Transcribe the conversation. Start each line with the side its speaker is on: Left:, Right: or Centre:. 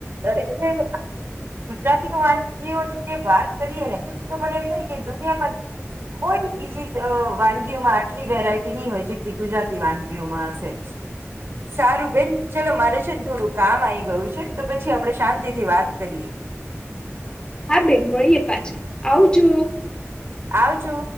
Right: એલે ગુજરાતી વાનગીઓ ની જે વાત કરીએ ને તો મને એવુ થાય કે દુનિયામાં હોય બીજી વાનગીઓમાં આટલી વેરાયટી નહી હોય જેટલી ગુજરાતી વાનગીઓમાં હશે <unintelligible> સારું બેન ચલો મારે છે ને થોડું કામ આઈ ગયું છે તો પછી આપડણે શાંતિથી વાત કરીએ <unintelligible>
Left: હા બેન મળીએ પાછા આવજો
Right: આવજો